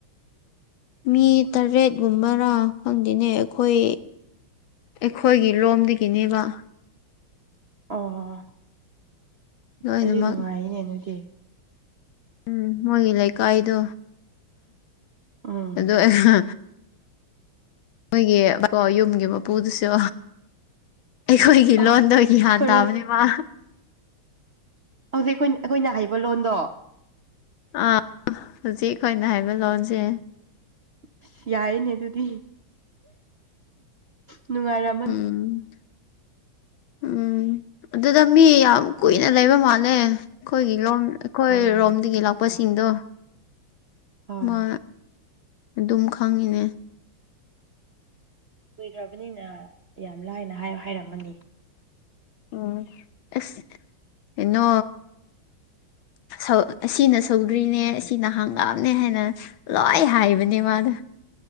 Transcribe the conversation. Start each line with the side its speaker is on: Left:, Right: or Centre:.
Left: ꯃꯤ ꯇꯔꯦꯠꯒꯨꯝꯕꯔꯥ ꯈꯪꯗꯦꯅꯦ ꯑꯩꯈꯣꯏ ꯑꯩꯈꯣꯏꯒꯤ ꯂꯣꯝꯗꯒꯤꯅꯦꯕ
Right: ꯑꯣ
Left: ꯂꯣꯏꯅꯃꯛ
Right: ꯑꯗꯨꯗꯤ ꯅꯨꯡꯉꯥꯏꯌꯦꯅꯦ ꯅꯣꯏꯗꯤ
Left: ꯎꯝ ꯃꯣꯏꯒꯤ ꯂꯩꯀꯥꯏꯗꯣ
Right: ꯎꯝ
Left: ꯑꯗꯣ ꯑꯩꯅ ꯃꯣꯏꯒꯤ ꯀꯣ ꯌꯨꯝꯒꯤ ꯃꯄꯨꯗꯨꯁꯨ ꯑꯩꯈꯣꯏꯒꯤ
Right: ꯑ ꯑꯩꯈꯣꯏꯔꯣꯝ
Left: ꯂꯣꯟꯗꯣ ꯒ꯭ꯌꯥꯟ ꯇꯥꯕꯅꯦ ꯃꯥ
Right: ꯍꯧꯖꯤꯛ ꯑꯩꯈꯣꯏ ꯑꯩꯈꯣꯏꯅ ꯍꯩꯕ ꯂꯣꯟꯗꯣ
Left: ꯑꯥ ꯍꯨꯖꯤꯛ ꯑꯩꯈꯣꯏꯅ ꯍꯩꯕ ꯂꯣꯟꯖꯦ
Right: ꯏꯁ ꯌꯥꯏꯅꯦ ꯑꯗꯨꯗꯤ ꯅꯨꯡꯉꯥꯏꯔꯝ
Left: ꯎꯝ ꯎꯝ ꯑꯗꯨꯗ ꯃꯤ ꯌꯥꯝ ꯀꯨꯏꯅ ꯂꯩꯕ ꯃꯥꯜꯂꯦ ꯈꯣꯏꯒꯤ ꯂꯣꯝ ꯑꯩꯈꯣꯏ
Right: ꯑꯣ
Left: ꯔꯣꯝꯗꯒꯤ ꯂꯥꯛꯄꯁꯤꯡꯗꯣ
Right: ꯍꯣꯏ
Left: ꯃꯥ ꯑꯗꯨꯝ ꯈꯪꯉꯤꯅꯦ
Right: ꯀꯨꯏꯈ꯭ꯔꯕꯅꯤꯅ ꯌꯥꯝ ꯂꯥꯏꯅ ꯍꯥꯢ ꯍꯥꯏꯔꯝꯃꯅꯤ
Left: ꯎꯝ ꯑꯁ ꯀꯩꯅꯣ ꯁꯧ ꯑꯁꯤꯅ ꯁꯧꯒ꯭ꯔꯤꯅꯦ ꯑꯁꯤꯅ ꯍꯪꯒꯥꯝꯅꯦ ꯍꯥꯢꯅ ꯂꯣꯢ ꯍꯥꯢꯕꯅꯦ ꯃꯥꯗꯣ